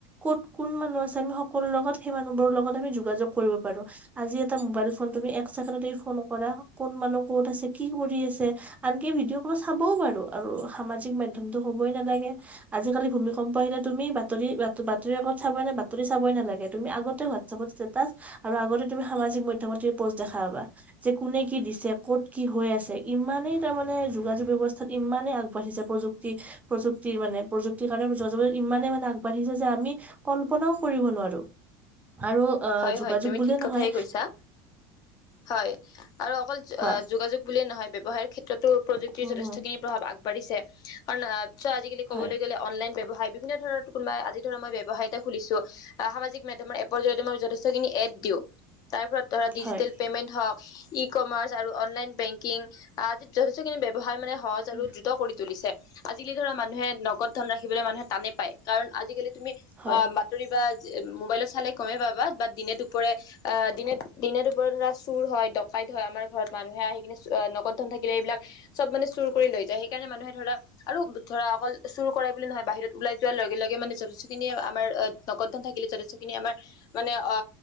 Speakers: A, on the right; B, on the left.
A: ক'ত কোন মানুহ আছে আমি সকলো লগত সেই মানুহ বোৰ লগত আমি যোগা যোগ কৰিব পাৰো আজি এটা মোৱাইল ফোন তুমি এক ছেকেণ্ড ফোন কৰা কোন মানুহ ক'ত আছে কি কৰি আছে আনকি ভিডিঅ' কলত চাবও বাৰো আৰু সামাজিক মাধ্যমতো কবই নালাগে। আজিালি ভূমিকম্প আহিলে তুমি বাতৰি - বাতৰি বাকত চাবই নে বাতৰি চাবই নালাগে তুমি আগতে হোৱাপ ষ্টেটাছ আৰু আগতে তুমি সামাজিক মাধ্যমত পোষ্ট দেখা পাবা, যেন কোনে কি দিছে। ক'ত কি হৈ আছে ইমানেই তাৰমানে যোগাযোগ ব্যৱস্থাত ইমানেই আগবাঢ়িছে প্ৰযুক্তি প্ৰযু ক্তিৰ মানে প্ৰযুক্তিৰ কাৰণে ইমানেই মানে আগবাঢ়িছে যে আমি কল্পনাও কৰিব নোৱাৰো। <inaudible> আহ
B: হয়-
A: যোগাযোগ
B: হয় তুমি
A: বুলিয়ে
B: ঠিক কথা
A: নহয়
B: কৈছা, হয় আৰু অকল
A: কোৱা
B: অ, যোগাযোগ বুলিয়ে নহয় ব্যয়ৱসায়ৰ ক্ষেত্ৰতো প্ৰযুক্তিৰ
A: উম
B: যথেষ্টখিনি
A: হম
B: প্ৰভাৱ আগবাঢ়িছে কাৰণ অ, চ আজিকি ক'বলৈ
A: হয়
B: গ'লে অনলাইন ব্যৱসায় ভাবি পিনে ধৰা কোনোবা আজি ধৰা ব্যবসায় এটা খুলিছো অ, সামাজিক মাধ্যমৰ এপৰ জৰিয়তে যথেষ্ঠ খিনি এড দিও তাৰ ধৰা ডিজিটেল
A: হয়
B: পেমেন্ট হওঁক। ই কমাৰ্চ আৰু অনলাইন বেংকিং আদিত যথেষ্টখিনি ব্যয়ৱসায় মানে সহজ আৰু
A: উম,
B: দ্ৰুত কৰি তুলিছে। আজিকালি ধৰা মানুহে নগদ ধন ৰাখিবলৈ মানুহে টানে পায় কাৰণ আজিকালি তুমি
A: হয়
B: অ বাতৰি বা মোৱাইলত চালে গমে পাবা বা দিনে দুপৰে অহ, দিনে - দিনে দুপৰে ধৰা চুৰ হয় ডকাইত হয়, আমাৰ ঘৰত মানুহে আহি পিনে নগদ ধন থাকিলে এইবিলাক চব মানে চুৰ কৰি লৈ যায় সেইকাৰণে মানুহে ধৰা আৰু ধৰা অকল চুৰ কৰে বুলি নহয় বাহিৰত ওলাই যোৱাৰ লগে লগে মানে যথেষ্টখিনি আমাৰ নগদ ধন থাকিলে যথেষ্ট খিনি আমাৰ মানে অ,